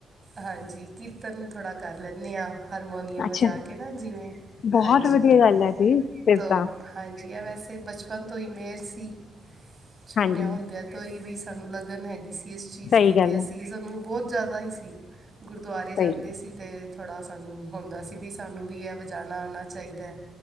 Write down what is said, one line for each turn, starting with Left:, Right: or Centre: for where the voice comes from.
Right: ਹਾਂਜੀ ਕੀਰਤਨ ਥੋੜ੍ਹਾ ਕਰ ਲੈਂਦੇ ਹਾਂ ਹਾਰਮੋਨੀਅਮ
Left: ਅੱਛਾ
Right: ਵਜਾ ਕੇ ਨਾ ਜਿਵੇਂ
Left: ਬਹੁਤ
Right: ਹਾਂਜੀ
Left: ਵਧੀਆ ਗੱਲ ਹੈ ਜੀ ਫਿਰ
Right: ਤੋ
Left: ਤਾਂ।
Right: ਹਾਂਜੀ ਆ ਵੈਸੇ ਬਚਪਨ ਤੋਂ ਹੀ ਮਿਹਰ ਸੀ ਛੋਟਿਆਂ
Left: ਹਾਂਜੀ
Right: ਹੁੰਦਿਆਂ। ਤੋਂ ਹੀ ਬਈ ਸਾਨੂੰ ਲਗਨ ਹੈਗੀ ਸੀ ਇਸ ਚੀਜ਼
Left: ਸਹੀ
Right: ਦੀ
Left: ਗੱਲ
Right: ਤੇ ਅਸੀਂ
Left: ਹੈ
Right: ਸਾਨੂੰ ਬਹੁਤ ਜ਼ਿਆਦਾ ਹੀ ਸੀ। ਗੁਰਦੁਆਰੇ ਜਾਂਦੇ
Left: ਸਹੀ ਗੱਲ
Right: ਸੀ। ਅਤੇ ਥੋੜ੍ਹਾ ਸਾਨੂੰ ਹੁੰਦਾ ਸੀ ਵੀ ਸਾਨੂੰ ਵੀ ਇਹ ਵਜਾਣਾ ਆਣਾ ਚਾਹੀਦਾ